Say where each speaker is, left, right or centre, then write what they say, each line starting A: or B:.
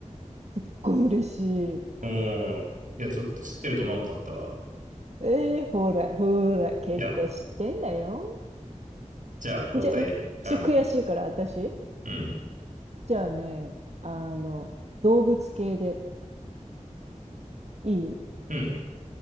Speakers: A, on the right; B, on the right.
A: っごい嬉しい。
B: うん。<laughs> いや、ちょっと知ってると思わんかったわ。
A: えー、ほら、ほら、結構知ってんだよ。
B: いや、じゃあ、交代。
A: じゃ、
B: うん。
A: ちょ、悔しいから、私。
B: うん。
A: じゃあね、あの、動物系でいい
B: うん。